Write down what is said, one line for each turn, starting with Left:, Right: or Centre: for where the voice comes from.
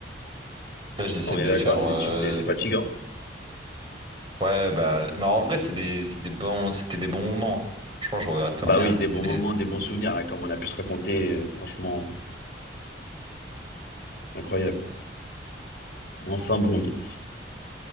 Right: Là, j'essaie
Left: On
Right: de
Left: est d'accord,
Right: faire.
Left: les
Right: euh,
Left: études, c'est c'est fatigant.
Right: Ouais, bah. Mais en vrai, c'est des... c'est des bons... c'était des bons moments. hein. Franchement, je regrette
Left: Bah
Right: rien.
Left: oui, des
Right: C'était.
Left: bons moments, des bons souvenirs, là, comme on a pu se raconter, euh, franchement, incroyable. Enfin bon, y-